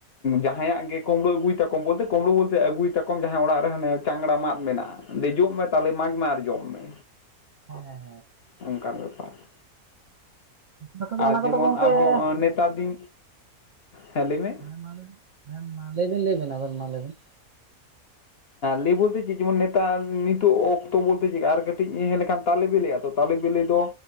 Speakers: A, on the left; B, on the right.
A: ᱡᱟᱦᱟᱸᱭᱟᱜ ᱜᱮ ᱠᱩᱢᱲᱳ ᱟᱹᱜᱩᱭ ᱛᱟᱠᱚᱢ ᱵᱚᱞᱛᱮ ᱠᱩᱢᱲᱩ ᱵᱚᱞᱛᱮ ᱟᱹᱜᱩᱭ ᱛᱟᱠᱚᱢ ᱡᱟᱦᱟᱸᱭ ᱚᱲᱟᱜ ᱨᱮ ᱦᱟᱱᱮ ᱪᱟᱝᱜᱲᱟ ᱢᱟᱫ ᱢᱮᱱᱟᱜ-ᱟ ᱫᱮᱡᱚᱜ ᱢᱮ ᱛᱟᱞᱮ ᱢᱟᱜᱽ ᱢᱮ ᱟᱨ ᱡᱚᱢ ᱢᱮ
B: ᱦᱮᱸ
A: ᱚᱝᱠᱟᱱ ᱵᱮᱯᱟᱨ
B: ᱱᱚᱛᱮ ᱫᱚ
A: ᱟᱨ
B: ᱚᱱᱟ
A: ᱡᱮᱢᱚᱱ
B: ᱠᱚᱫᱚ ᱜᱚᱝᱠᱮ
A: ᱟᱨᱦᱚᱸ
B: ᱦᱮᱸ
A: ᱱᱮᱛᱟ ᱫᱤᱱ, ᱦᱮᱸ ᱞᱟᱹᱭ ᱢᱮ
B: ᱦᱮᱸ ᱢᱟ ᱞᱟᱹᱭ ᱦᱮᱸ ᱢᱟ ᱞᱟᱹᱭ, ᱞᱟᱹᱭᱵᱤᱱ ᱟᱵᱮᱱ ᱢᱟ ᱞᱟᱹᱭᱵᱮᱱ
A: ᱞᱟᱹᱭ ᱵᱚᱞᱛᱮ ᱪᱮᱫ ᱡᱮᱢᱚᱱ ᱱᱮᱛᱟᱨ ᱱᱤᱛᱚᱜ ᱚᱠᱛᱚ ᱵᱚᱞᱛᱮ ᱪᱮᱜ ᱠᱟ ᱟᱨ ᱠᱟᱹᱴᱤᱡ ᱦᱮᱡ ᱞᱮᱠᱷᱟᱡ ᱛᱟᱞᱮ ᱵᱮᱞᱮᱜ -ᱟ ᱛᱟᱞᱮ ᱵᱮᱞᱮ ᱫᱚ